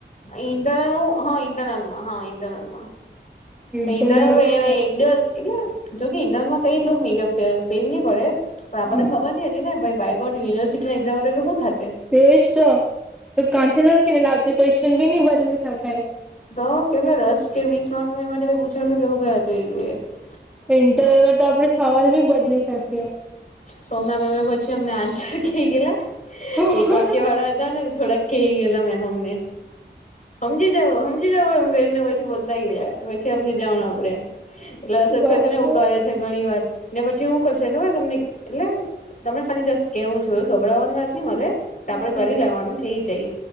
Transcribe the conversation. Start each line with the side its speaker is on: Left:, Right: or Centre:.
Left: ઇન્ટનલ હા ઇન્ટનલમાં હા ઇન્ટરનલમાં
Centre: ઇન્ટરનલમાં
Left: <unintelligible> એવા
Centre: તો સારું
Left: એક બે એટલે જો ઇન્ટનલમાં કઈ એટલ ફેર નય પડે પણ આપણને
Centre: હા
Left: ખબર નહ હતી ને ભય બાયગોડ યુનિવર્સટી એક્ઝામ હોતો શું થાત એ
Centre: એજ તો તો કાંથી લખીને લાવતી ક્વેશ્ચન બી નહી બદલી શકાય
Left: તો કેટલા દસ કે વીસ માર્ક નું એમાંથી કઈ પૂછાયેલું કેવું કયા હતું એલું એટલે
Centre: ઇન્ટરનલમાં તો આપડે સવાલ બી બદલી શકીએ
Left: સોમના મેમને પછી અમને આન્સર કે ગયેલા
Centre: હ
Left: એક વાક્ય વાળા હતા ને થોડાક કે ગયલા મેમ અમને. સમજી જાવો સમમજી જાવો એમ કરીને પછી બોલતા ગવાય પછી સમમજી જાવ આપડે. એટલે અશત
Centre: બાપરે
Left: છે ને એવું કરે છે ઘણી વાર ને પછી શું કરશે ખબર તમને એટલે. તમને ખાલી જસ્ટ કેવું છું ગભરાવાની વાત નહી મળ તો આપડે
Centre: હમ
Left: કરી લેવાનું થઈ જાય.